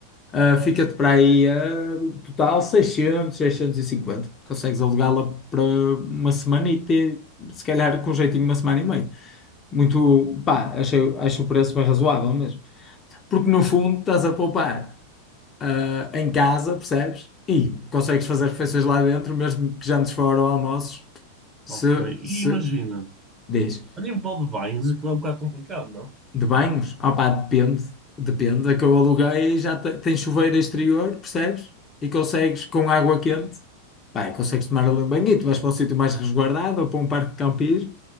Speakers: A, on the left; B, on the right.
A: Ah, fica-te para aí, ah, total seiscentos, seiscentos e cinquenta Consegues alugá-la para uma semana e ter, se calhar, com jeitinho, uma semana e meia. Muito, pá, acho, acho o preço bem razoável mesmo. Porque no fundo estás a poupar, ah, em casa, percebes? E consegues fazer refeições lá dentro, mesmo que jantes fora ou almoços, se,
B: Ok. E
A: se,
B: imagina,
A: diz.
B: a nível de bens, aquilo é um bocado complicado, não?
A: De banhos? Ah pá, depende. Depende. A que eu aluguei já te- tem chuveiro exterior, percebes? E consegues com água quente. Pá, e consegues tomar ali um banhito. Vais para um sítio mais resguardado ou para um parque de campismo